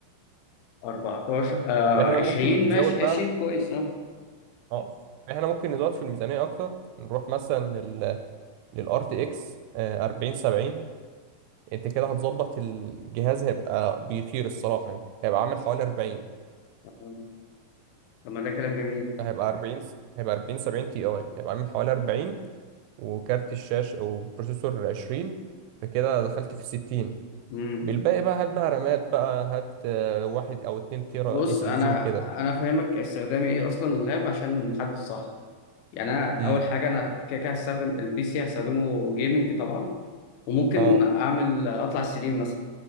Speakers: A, on the left; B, on the right.
A: 14 آه
B: فاحنا
A: 20
B: ممكن نزود
A: ماشي
B: بقى
A: 20 كويس اه
B: اه احنا ممكن نزود في الميزانية اكتر نروح مثلا لل للار تي اكس 40 70 انت كده هتظبط الجهاز هيبقى بيطير الصراحة يعني هيبقى عامل حوالي 40
A: آه. طب ما ده كلام جميل
B: هيبقى 40 هيبقى 40 70 تي اي هيبقى عامل حوالي 40 وكارت الشاشة أو بروسيسور عشرين فكده دخلت في الستين
A: امم
B: بالباقي بقى هات بقى رامات بقى هات آه، واحد أو اتنين تيرا
A: بص
B: اس
A: انا
B: اس دي وكده
A: انا فاهمك استخدامي ايه اصلا اللاب عشان نحدد صح يعني انا
B: امم
A: اول حاجه انا كده كده هستخدم البي سي هستخدمه جيمنج طبعا وممكن
B: اه
A: اعمل اطلع ستريم مثلا